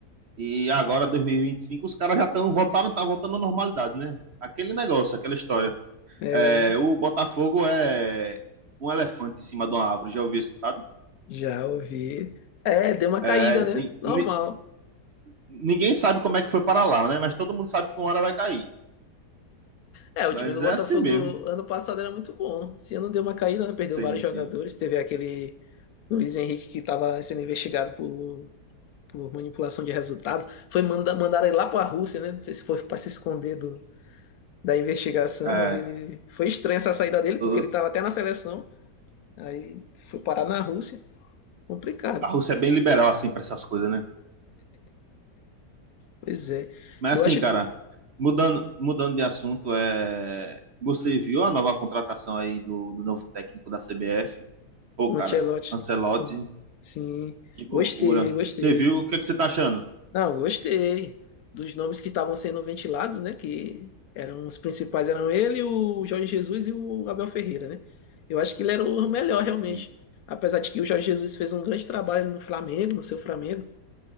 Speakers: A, on the right (about 55°); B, on the left (about 70°).
A: E agora, 2025, os caras já estão voltaram, tá voltando à normalidade, né? Aquele negócio, aquela história.
B: É,
A: É, o Botafogo é um elefante em cima de uma árvore, já ouvi esse ditado?
B: já ouvi. É, deu uma
A: É,
B: caída, né?
A: ni,
B: Normal.
A: ni, ninguém sabe como é que foi para lá, né? Mas todo mundo sabe que uma hora vai cair.
B: É, o
A: Mas
B: time do Botafogo
A: é assim mesmo.
B: ano passado era muito bom. Esse ano deu uma caída, né? Perdeu
A: Sim,
B: vários jogadores.
A: sim.
B: Teve aquele Luiz Henrique que estava sendo investigado por por manipulação de resultados. Foi manda, mandar ele lá para a Rússia, né? Não sei se foi para se esconder do, da investigação,
A: É,
B: mas ele foi estranha essa saída dele,
A: o-
B: porque ele estava até na seleção, aí foi parar na Rússia. Complicado.
A: a Rússia é bem liberal assim para essas coisas, né?
B: Pois é.
A: Mas
B: Eu
A: assim,
B: acho
A: cara,
B: que
A: mudando, mudando de assunto, é... você viu a nova contratação aí do, do novo técnico da CBF? Pô,
B: o
A: cara,
B: Ancelotti,
A: Ancelotti,
B: sim, sim.
A: que loucura.
B: Gostei, gostei.
A: Você viu? O que é que você tá achando?
B: Não, gostei dos nomes que estavam sendo ventilados, né? Que eram os principais, eram ele, o Jorge Jesus e o Abel Ferreira, né? Eu acho que ele era o melhor realmente.
A: Sim,
B: Apesar de que o Jorge Jesus fez um grande trabalho no Flamengo, no seu Flamengo,